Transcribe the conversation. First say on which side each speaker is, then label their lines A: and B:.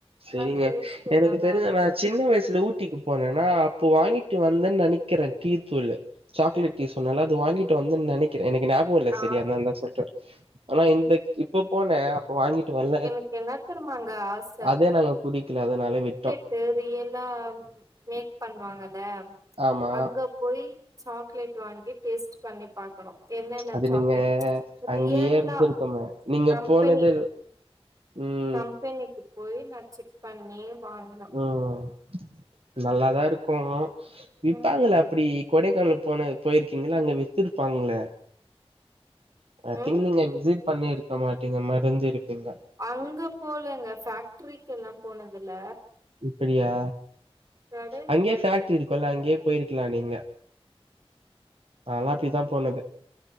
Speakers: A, on the right; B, on the right.
A: செரிங்க
B: ஆனா டேஸ்ட்
A: எனக்கு
B: நல்லா
A: தெரிஞ்ச
B: இருக்கு
A: நா சின்ன வயசுல ஊட்டிக்கு போனேனா அப்போ வாங்கிட்டு வந்தன் நெனைக்கிறே டீ தூள் சாக்லேட் டீ சொன்னல அது வாங்கிட்டு வந்தன் நெனைக்கிறே எனக்கு ஞா போ இல்ல
B: ஆ
A: செரி அத்னால்தா சொல்ற ஆனா இந்த இப்ப போனே அப்ப வாங்கிட்டு வர்
B: எனக்கு என்ன தெரிய்மாங்க ஆச
A: அதே நாங்க குடிக்ல அதனாலே விட்டோ
B: யேவ் ரியலா மேக் பண்ணுவாங்கல
A: ஆமா
B: அங்க போய் சாக்லேட் வாங்கி டேஸ்ட் பண்ணி பாக்கணு என்னென்ன
A: அது
B: சாக்லேட்
A: நீங்க அங்கியே
B: ரியல்லா
A: இர்ந்துருக்கனு நீங்க
B: கம்பெனி
A: போனது ம்
B: கம்பெனிக்கு போய் நா செக் பண்ணி வாங்கினோ
A: ம் நல்லாதா இருக்கு விட்டாங்கள
B: ம்
A: அப்டி கொடைக்கானல் போன போயிர்க்கீங்களா அங்க வித்துருப்பாங்ளே ஐ
B: ம்
A: திங் நீங்க விசிட் பண்ணிருக்க மாட்டீங்க மறந்து இருப்பீங்க
B: அங்க போலங்க ஃபேக்ரிக்கெல்லா போனதுல
A: இப்படியா
B: கட இருக்குல்ல
A: அங்கியே ஃபேக்ட்ரி
B: நெறைய
A: இருக்குல அங்கியே போயிர்க் கிலா நீங்க நால்லா அப்டித்தா போனது